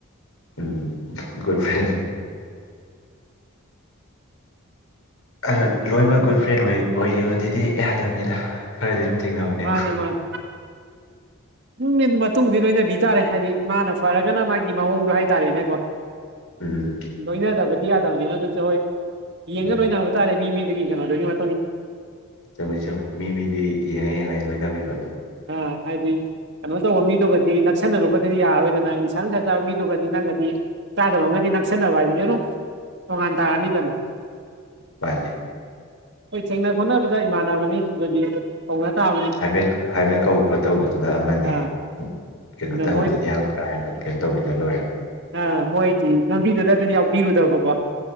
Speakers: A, on the left (about 80°); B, on the right (about 55°).
A: ꯎꯝ ꯒꯗ ꯐ꯭ꯔꯥꯏ ꯑꯗꯣ ꯂꯣꯏꯅꯃꯛ ꯒꯨꯗ ꯐ꯭ꯔꯦꯟ ꯑꯣꯏꯈꯤꯕꯗꯨꯗꯤ ꯑꯩꯍꯗꯕꯅꯤꯗ ꯈꯔꯗꯤ ꯑꯗꯨꯝ ꯇꯤꯡꯅꯕꯅꯤꯕꯣ
B: ꯃꯥꯅꯦ ꯃꯥꯅꯦ ꯎꯝ ꯃꯇꯨꯡꯗꯤ ꯂꯣꯏꯅꯕꯤ ꯇꯥꯔꯦ ꯍꯥꯏꯗꯤ ꯃꯥꯅ ꯐꯔꯒꯅ ꯃꯥꯒꯤ ꯃꯑꯣꯡꯗꯣ ꯍꯥꯏꯇꯥꯔꯦꯅꯦꯀꯣ
A: ꯎꯝ
B: ꯂꯣꯏꯅꯗꯕꯗꯤ ꯌꯥꯗꯕꯅꯤꯅ ꯑꯗꯨꯁꯦ ꯍꯣꯏ ꯌꯦꯡꯉ
A: ꯎꯝ
B: ꯂꯣꯏꯅꯕ ꯇꯥꯔꯦ ꯃꯤ ꯃꯤꯗꯒꯤ ꯗꯗꯒꯤ ꯃ
A: ꯆꯨꯝꯃꯦ ꯆꯨꯝꯃꯦ ꯃꯤ ꯃꯤꯗꯤ ꯌꯦꯡꯉ ꯌꯦꯡꯉ ꯂꯣꯏꯅꯕꯤꯕ ꯑꯗꯨꯝ
B: ꯑ ꯍꯥꯏꯗꯤ ꯀꯩꯅꯣ ꯇꯧꯕ ꯃꯤꯗꯨꯒꯗꯤ ꯅꯛꯁꯟꯅꯔꯨꯕꯗꯗꯤ ꯌꯥꯔꯣꯏꯗꯅ ꯏꯁꯟꯁꯥꯡꯅ ꯁꯥꯥꯖꯕ ꯃꯤꯗꯨꯒꯗꯤ ꯅꯪꯒꯗꯤ ꯆꯥꯗꯕ ꯉꯗꯤ ꯅꯛꯁꯟ ꯅꯕ ꯍꯥꯏꯗꯒꯦꯅ ꯇꯣꯉꯥꯟ ꯇꯥꯔꯑꯅꯤꯗꯅꯣ
A: ꯃꯥꯜꯂꯦ
B: ꯑꯩ ꯊꯦꯡꯅ ꯈꫭꯠꯅꯕꯗ ꯏꯃꯥꯟꯅꯕꯅꯤ ꯑꯗꯨꯗꯤ ꯀꯧꯅ ꯇꯥꯕꯅꯤ
A: ꯍꯥꯏꯐꯦꯠ ꯍꯥꯏꯐꯦꯠ ꯀꯧ ꯈꯣ ꯇꯧꯕꯗꯨꯅ ꯑꯃꯅꯤ
B: ꯑꯥ
A: ꯀꯩꯅꯣꯗ
B: ꯑꯗ
A: ꯍꯧꯗꯗꯤ
B: ꯃꯣꯏ
A: ꯌꯥꯝ ꯀꯥ ꯍꯟꯅ ꯀꯩꯅꯣ ꯇꯧꯕꯤꯗ ꯂꯣꯏꯔꯣ
B: ꯑ ꯃꯣꯏꯒꯤ ꯂꯝꯕꯤꯗꯨꯗ ꯑꯗꯨꯗꯤ ꯌꯥꯎꯕꯤꯔꯨꯗꯕꯀꯣ